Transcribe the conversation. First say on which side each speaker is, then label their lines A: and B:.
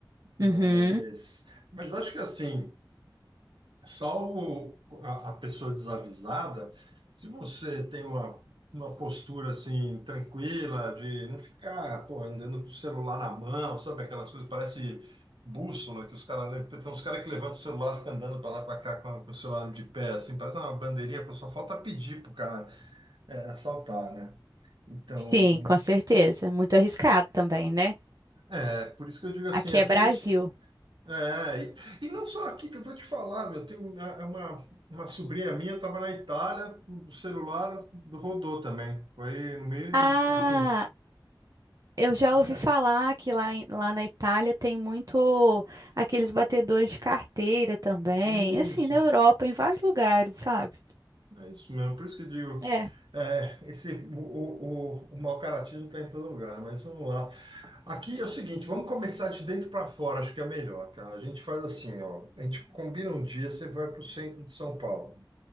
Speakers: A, on the right; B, on the right.
A: Mas,
B: Uhum.
A: mas acho que assim, salvo a, a pessoa desavisada, se você tem uma, uma postura assim tranquila de não ficar, pô, andando com o celular na mão, sabe aquelas coisas, parece bússola que os caras, le- tem uns caras que levantam o celular, ficam andando para lá para cá com, a- com o celular de pé, assim, parece uma bandeirinha, pô, só falta pedir pro cara é, assaltar, né? Então,
B: Sim, com certeza. Muito arriscado também, né?
A: é, por isso que eu digo assim,
B: Aqui
A: aqui
B: é Brasil.
A: a gente É, e, e não só aqui que eu vou te falar, meu, tem uma, é uma, uma sobrinha minha estava na Itália, o celular rodou também, foi no meio,
B: Ah,
A: assim,
B: Eu já
A: é,
B: ouvi falar que lá, em- lá na Itália tem muito aqueles batedores de carteira também,
A: é
B: assim,
A: isso,
B: na Europa, em vários lugares, sabe?
A: é isso mesmo, por isso que eu digo,
B: É.
A: é, esse, o, o, o, o mau caratismo está em todo lugar, mas vamos lá. Aqui é o seguinte, vamos começar de dentro para fora, acho que é melhor, cara, a gente faz assim, ó, a gente combina um dia, você vai para o centro de São Paulo,